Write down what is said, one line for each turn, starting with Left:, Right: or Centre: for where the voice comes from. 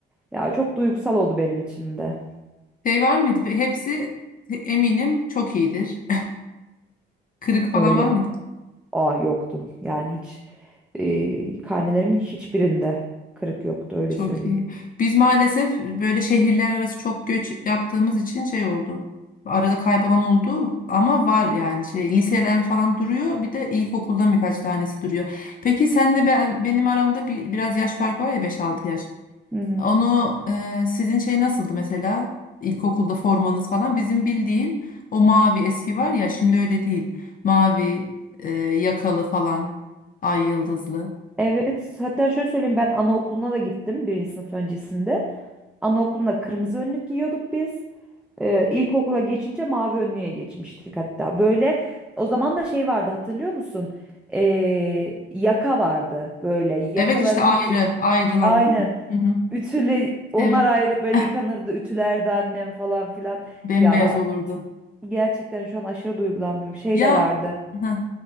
Centre: Ya çok duygusal oldu benim için de.
Left: Şey var mıydı? Pe- Hepsi eminim çok iyidir. <laughs> Kırık falan
Centre: Öyle
Left: var mıydı?
Centre: aa yoktum. Yani hiç e, karnelerimin hiçbirinde kırık yoktu öyle
Left: Çok
Centre: söyleyeyim.
Left: iyi. Biz maalesef böyle şehirler arası çok göç yaptığımız için şey oldu. Arada kaybolan oldu ama var yani şey liseler falan duruyor. Bir de ilkokuldan birkaç tanesi duruyor. Peki senle ben benim aramda bir, biraz yaş farkı var ya beş altı yaş.
Centre: Hı hı.
Left: Onu e, sizin şey nasıldı mesela? İlkokulda formanız falan. Bizim bildiğin o mavi eski var ya şimdi öyle değil. Mavi e, yakalı falan. Ay yıldızlı.
Centre: Evet, hatta şöyle söyleyeyim ben anaokuluna da gittim birinci sınıf öncesinde. Anaokulunda kırmızı önlük giyiyorduk biz. Ee, ilkokula geçince mavi önlüğe geçmiştik hatta. Böyle o zaman da şey vardı hatırlıyor musun? Ee, yaka vardı böyle yakalarımızı
Left: Evet işte ayrı ayrılan
Centre: aynen
Left: değil mi? Hı hı.
Centre: ütüle onlar
Left: Evet.
Centre: ayrı böyle
Left: <laughs>
Centre: yıkanırdı ütülerdi annem falan filan.
Left: Bembeyaz
Centre: Ya
Left: olurdu.
Centre: gerçekten şu an aşırı duygulandım şey
Left: Ya
Centre: de vardı.
Left: heh.